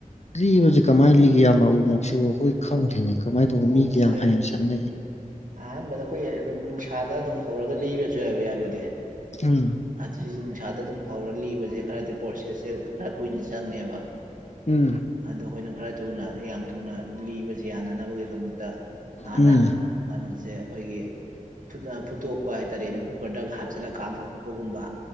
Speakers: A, on the left; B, on the right.
A: ꯂꯤꯕꯁꯤꯦ ꯀꯃꯥꯏꯅ ꯂꯤꯒꯦ ꯌꯥꯝꯕꯎ ꯃꯣꯛꯁꯤꯕꯨ ꯑꯩꯈꯣꯏ
B: ꯑꯣꯛ
A: ꯈꯪꯗ꯭ꯔꯤꯅꯦ ꯀꯃꯥꯏꯅ ꯇꯧꯕꯅꯣ
B: ꯎ ꯃꯣꯔꯣꯛꯁꯦ
A: ꯃꯤꯒ ꯌꯥꯝ ꯍꯌꯦꯡ ꯁꯅꯩꯌꯦ
B: ꯑꯍꯥꯟꯕꯗ ꯑꯩꯈꯣꯏ ꯑꯗꯨꯝ ꯅꯨꯡꯁꯥꯗ ꯑꯗꯨꯝ ꯍꯧꯔꯒ ꯂꯤꯔꯁꯨ ꯍꯥꯏꯕ ꯌꯥꯕꯗꯤ
A: ꯎꯝ
B: ꯑꯗꯨꯁ ꯅꯨꯡꯁꯥꯗ ꯑꯗꯨꯝ ꯐꯥꯎꯔ ꯂꯤꯕꯁꯦ ꯈꯔꯗꯤ ꯄ꯭ꯔꯣꯁꯦꯁ ꯈꯔ ꯀꯨꯏꯅ ꯆꯪꯉꯦꯕ
A: ꯎꯝ
B: ꯑꯗꯣ ꯑꯩꯈꯣꯏꯅ ꯈꯔ ꯊꯨꯅ ꯌꯥꯝ ꯊꯨꯅ ꯂꯤꯕꯁꯤ ꯌꯥꯅꯅꯕꯒꯤꯗꯃꯛꯇ ꯍꯥꯟꯅ
A: ꯎꯝ
B: ꯀꯩꯅꯣꯁꯦ ꯑꯩꯈꯣꯏꯒꯤ ꯐꯠ ꯐꯨꯠꯇꯣꯛꯄ ꯍꯥꯏꯇꯥꯔꯦ ꯑꯩꯅ ꯀꯨꯀꯔꯗꯒ ꯍꯥꯞꯆꯤꯜꯂꯒ ꯀꯥꯝꯊꯣꯛꯄꯒꯨꯝꯕ